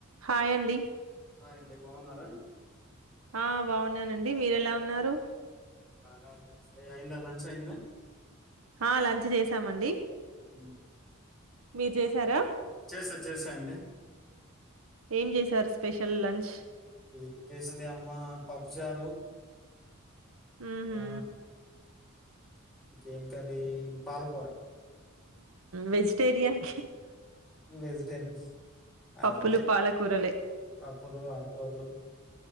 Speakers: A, on the right (about 75°); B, in the centre.
A: Hi అండి
B: అ అండి బాగున్నారా
A: ఆ బాగున్నానండి మీర ఎలా ఉన్నారు
B: బాగావు సే అయిందా లంచ్ అయిందా
A: ఆ లంచ్ చేసామండి
B: అ
A: మీరు చేసారా
B: చేసా చేసా అండి
A: ఏం చేశారు స్పెషల్ లంచ్
B: ఏం చేసింది అమ్మ పప్పుచారు
A: ఊహూ
B: ఆ కంకీ పాలకొర
A: వెజిటేరియన్
B: వెజిటేరియన్ అదంతే
A: పప్పులు పాలకూరలే
B: పప్పులు ఆకూరలు